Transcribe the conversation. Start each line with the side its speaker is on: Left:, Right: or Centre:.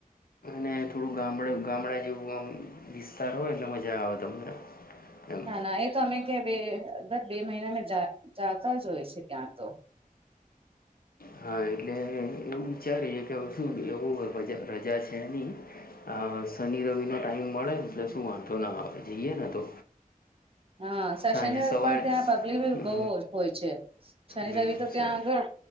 Left: અને થોડું ગામડે ગામડા જેવું આમ વિસ્તાર હોય એટલે મજા આવે તમને એમ
Right: ના ના એ તો અમે કે બે દર બે મહિના મે જાતા જો હોય છે ત્યાં તો
Left: હા એટલે એવું વિચારીએ કે હવે શું એવું રજા છે નહી આ શનિ રવિ નો ટાઈમ મળે એટલે શું વાંધો ના આવે જઈએ ને તો
Right: હા સશન
Left: સાંજે સવાર
Right: પણ ત્યાં પબ્લિક
Left: હમ
Right: બહુ હોય છે શનિ
Left: હમ
Right: રવિ તો ત્યાં
Left: સર
Right: આગળ